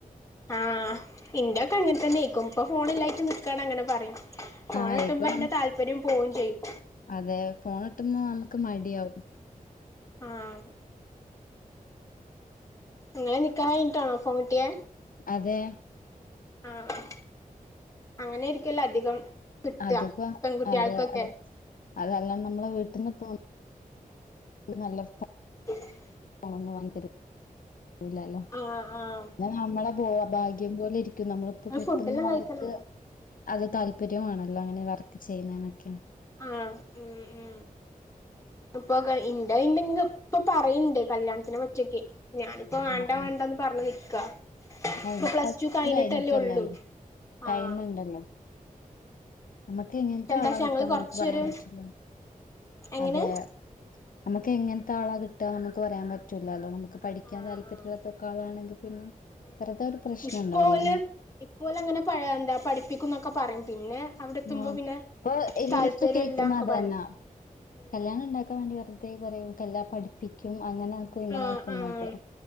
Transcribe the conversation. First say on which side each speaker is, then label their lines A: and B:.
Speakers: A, on the left; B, on the left.
A: ആഹ് ഇൻ്റെഒകെ അങ്ങനെ തന്നെ നിക്കും ഇപ്പൊ ഫോണില്ലായിട്ട് നിക്കാണ് അങ്ങനെ പറയും ഫോൺകിട്ടുമ്പോ
B: ആഹ് ഇപ്പൊ
A: അതിന്റെ
B: നമ്മ
A: താല്പര്യം പോവുകയും ചെയ്യും
B: അതെ ഫോൺ കിട്ടുമ്പോൾ നമുക്ക് മടിയാവും
A: ആഹ് നിങ്ങടെ നിക്കാഹ് കഴിഞ്ഞിട്ടാണോ ഫോൺ കിട്ടിയേ
B: അതെ
A: ആഹ് ആഹ് അങ്ങനെയായിരിക്കുവല്ലോ അധികം കിട്ടുക
B: അതിപ്പോ
A: പെൺകുട്ടികൾക്കൊക്കെ
B: അതെ അത് അതെല്ലാം നമ്മള് വീട്ടിൽനിന്ന് പോ നല്ല ഫോ
A: <unintelligible>
B: ഫോൺ ഒന്നും വാങ്ങി തരൂല്ലല്ലോ
A: ആഹ് ആഹ്
B: എല്ലാം നമ്മളെ പോ ഭാഗ്യം പോലെ ഇരിക്കും നമ്മളിപ്പോ
A: ങ്ങള്
B: കെട്ടുന്ന
A: ഫുഡെല്ലാം കഴിക്കണായോ
B: ആൾക്ക് അത് താല്പര്യം വേണമല്ലോ അങ്ങനെ വർക്ക് ചെയ്യുന്നേനൊക്കെ
A: ആഹ് ഉം ഉം ഇപ്പൊ ഉണ്ട് ഉണ്ടെന്നൊക്കെ ഇപ്പൊ പറയണ്ട് കല്യാണത്തിന് പറ്റൊക്കെ ഞാൻ ഇപ്പൊ വേണ്ട
B: ആഹ്
A: വേണ്ടന്ന്
B: ആഹ്
A: പറഞ്ഞു നിൽക്കുവാ ഇപ്പൊ
B: ഇനി
A: പ്ലസ്
B: ഫസ്റ്റ്
A: ടു കഴിഞ്ഞിട്ടല്ലേ
B: കഴിഞ്ഞിട്ടല്ലേള്ളൂ
A: ഉള്ളൂ
B: ടൈം
A: ആഹ്
B: ഉണ്ടല്ലോ നമുക്ക് എങ്ങനത്തെ
A: പക്ഷെ എന്താച്ചാ
B: ആളാ കിട്ടാന്ന്
A: ഞങ്ങള് കൊറച്ചൊരു
B: നമുക്ക് പറയാൻ പറ്റൂല
A: എങ്ങനെ
B: അതെ നമുക്ക് എങ്ങനത്തെ ആളാ കിട്ടാന്ന് നമുക്ക് പറയാൻ പറ്റൂല്ലല്ലോ നമുക്ക് പഠിക്കാൻ
A: ആഹ്
B: താല്പര്യമില്ലാത്തൊക്കെ
A: ആഹ്
B: ആളാണെങ്കിൽ പിന്നെ
A: ഉം
B: വെറുതെ
A: ഉം
B: ഒരു പ്രശ്നം
A: ഇപ്പോ
B: ഉണ്ടാവൂലേ
A: ഓര് ഇപ്പോ ഓര് അങ്ങനെ എന്താ പഠിപ്പിക്കുവെന്ന് ഒക്കെ പറയും പിന്നെ അവിടെ എത്തുമ്പോ
B: ആ
A: പിന്നെ
B: ഇപ്പൊ എല്ലാടത്തും
A: താല്പര്യം
B: കേൾക്കുന്നത്
A: ഇല്ലാന്നൊക്കെ
B: അത്
A: പറയും
B: തന്നാ
A: ഉം
B: കല്യാണം ഉണ്ടാക്കാൻ വേണ്ടി വെറുത പറയും എല്ലാ പഠിപ്പിക്കും അങ്ങനെ ആക്കും ഇങ്ങനെ
A: ആഹ്
B: ആക്കും എന്നൊക്കെ
A: ആഹ്